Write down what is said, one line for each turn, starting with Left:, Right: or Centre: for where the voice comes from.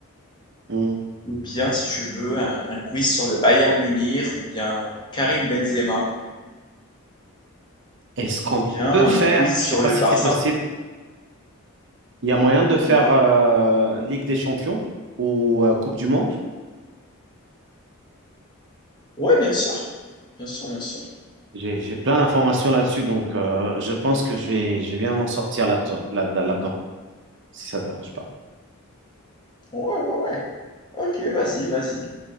Right: Mm.
Left: ou bien, si tu veux, un, un quiz sur le Bayern Munich, ou bien Karim Benzema,
Right: Est-ce qu'on
Left: ou bien
Right: peut faire,
Left: un quiz
Right: je
Left: sur
Right: sais pas
Left: le
Right: si
Left: Barça.
Right: c'est possible, il y a moyen de faire
Left: Ouais,
Right: euh, Ligue des Champions ou euh, Coupe du Monde?
Left: ouais, bien sûr. Bien sûr, bien sûr.
Right: J'ai, j'ai plein d'informations là-dessus, donc euh, je pense que je vais, je vais bien m'en sortir là-dedans, là, là-dedans, si ça ne dérange pas.
Left: Ouais, ouais, ouais. Ok, vas-y, vas-y.